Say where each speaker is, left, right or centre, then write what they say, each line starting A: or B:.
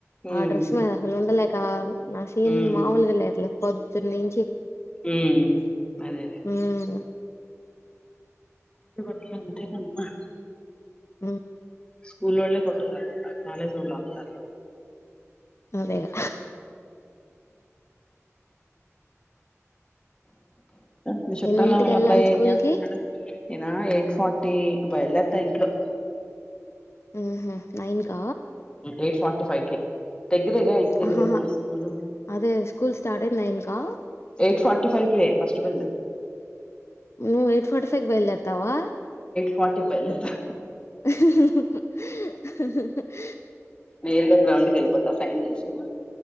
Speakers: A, on the left; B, on the left.
A: ఆ
B: ఉమ్
A: డ్రెస్ మీద అసలు ఉండలేక నా సీన్
B: ఉమ్
A: మామూలుగా లేదులే పొద్దున్న నుంచి
B: ఉమ్మ్ అదేలే
A: మ్మ్
B: గేట్లుంటదమా
A: ఆ
B: స్కూలవోలె కొట్టుకు చేతనారు కాలేజ్ వాళ్ళు ఆగుతారు
A: అదెలా
B: మీ చుట్టాల
A: ఎన్నింటికి
B: వాళ్ళ
A: వెళ్ళాలి
B: అబ్బాయ్
A: స్కూల్
B: ఏం చేతనాడు
A: కి
B: నేనా ఎయిట్ ఫార్టీకి బయలుదేత్తా ఇంట్లో
A: ఊహ్మ్మ్ నైన్ క
B: ఎయిట్ ఫార్టీఫైవ్ కీ దాగిరేగా ఇంటి దగ్గరే
A: ఆహాహా
B: మా స్కూల్
A: అదే స్కూల్ స్టార్ట్ అయింది నైన్ కా
B: ఎయిట్ ఫార్టీ ఫైవ్ కే ఫస్ట్ బేళ్లు
A: నువ్ ఎయిట్ ఫార్టీ ఫైవ్ కీ బయల్దర్తావా
B: ఫార్టీ కీ బయలుదేరాత
A: <unintelligible>
B: నేరుగా గ్రౌండ్ కీ వెళ్ళిపోతా సైన్ చేసి